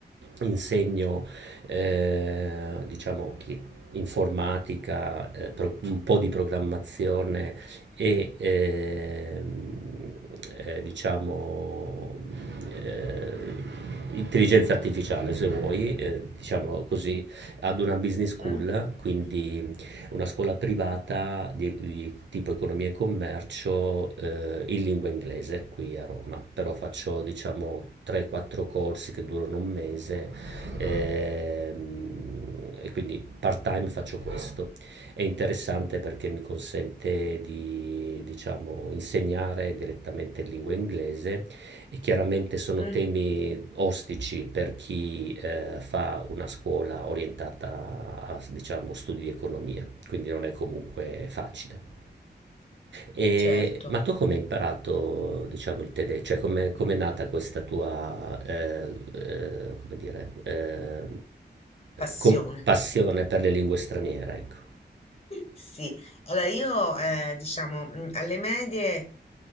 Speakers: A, on the right (about 85°); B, on the left (about 35°).
A: insegno, eh, diciamo, chi- informatica, eh, pro- un po' di programmazione e, ehm, eh, diciamo, eh, intelligenza artificiale, se vuoi, eh, diciamolo così,
B: mm,
A: ad una business school,
B: mm,
A: quindi una scuola privata di, di tipo economia e commercio eh, in lingua inglese qui a Roma, però faccio diciamo 3-4 corsi che durano un mese ehm, e quindi part time faccio questo. È interessante perché mi consente di diciamo insegnare direttamente in lingua inglese e chiaramente sono
B: mm,
A: temi ostici per chi eh, fa una scuola orientata a diciamo studi di economia quindi non è comunque facile. E,
B: certo,
A: ma tu come hai imparato, diciamo, il tedesco? Cioè, come come è nata questa tua, eh, eh, come dire, eh,
B: passione.
A: com- passione per le lingue straniere, ecco.
B: Sì, allora io eh, diciamo mm, alle medie